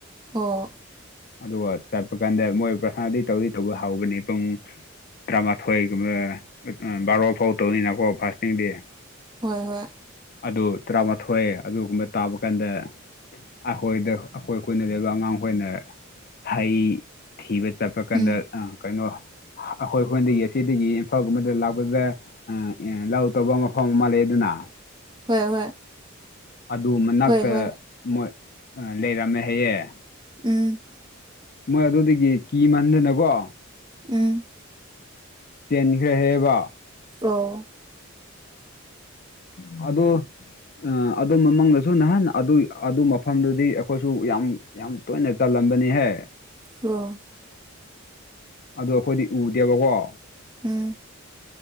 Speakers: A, on the right; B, on the left.
A: ꯑꯣ
B: ꯑꯗꯨꯒ ꯆꯠꯄ ꯀꯥꯟꯗ ꯃꯣꯏ ꯄ꯭ꯔꯁꯅꯥꯗꯤ ꯇꯧꯗꯤ ꯇꯧꯕ ꯍꯥꯎꯕꯅꯦ ꯄꯨꯡ ꯇꯔꯥꯃꯥꯊꯣꯏꯒꯨꯝꯕ ꯕꯥꯔꯣ ꯐꯥꯎ ꯇꯧꯅꯤꯅꯀꯣ ꯐꯥꯁꯇꯤꯡꯗꯤ
A: ꯍꯣꯏ ꯍꯣꯏ
B: ꯑꯗꯨ ꯇꯔꯥꯃꯥꯊꯣꯏ ꯑꯗꯨꯒꯨꯝꯕ ꯇꯥꯕ ꯀꯥꯟꯗ ꯑꯩꯈꯣꯏꯗ ꯑꯩꯈꯣꯏ ꯀꯣꯏꯅ ꯂꯩꯕ ꯑꯉꯥꯡꯈꯣꯏꯏꯅ ꯍꯩ ꯊꯤꯕ ꯆꯠꯄ ꯀꯥꯟꯗ
A: ꯎꯝ
B: ꯀꯩꯅꯣ ꯑꯩꯈꯣꯏ ꯍꯣꯏꯅꯗꯒꯤ ꯑꯁꯤꯗꯒꯤ ꯏꯝꯐꯥꯜꯒꯨꯝꯕꯗ ꯂꯥꯛꯄꯁꯦ ꯎ ꯂꯧ ꯇꯧꯕ ꯃꯐꯝ ꯑꯃ ꯂꯩ ꯑꯗꯨꯅ
A: ꯍꯣꯏ ꯍꯣꯏ
B: ꯑꯗꯨ ꯃꯅꯥꯛꯇ
A: ꯍꯣꯏ ꯍꯣꯏ
B: ꯃꯣꯏ ꯂꯩꯔꯝꯃꯦ ꯍꯌꯦꯦ
A: ꯎꯝ
B: ꯃꯣꯏ ꯑꯗꯨꯗꯒꯤ ꯀꯤ ꯃꯟꯗꯅꯀꯣ
A: ꯎꯝ
B: ꯆꯦꯟꯈ꯭ꯔꯍꯦꯕ
A: ꯄꯣ <inaudible>
B: ꯑꯗ ꯎ ꯑꯗꯨ ꯃꯃꯥꯡꯗꯁꯨ ꯅꯍꯥꯟ ꯑꯗꯨ ꯑꯗꯨ ꯃꯐꯝꯗꯨꯗꯤ ꯑꯩꯈꯣꯏꯁꯨ ꯌꯥꯝ ꯌꯥꯝ ꯇꯣꯏꯅ ꯆꯜꯂꯝꯕꯅꯤꯍꯦ
A: ꯑꯣ
B: ꯑꯗꯨꯗ ꯑꯩꯈꯣꯏꯗꯤ ꯎꯗꯦꯕꯀꯣ
A: ꯎꯝ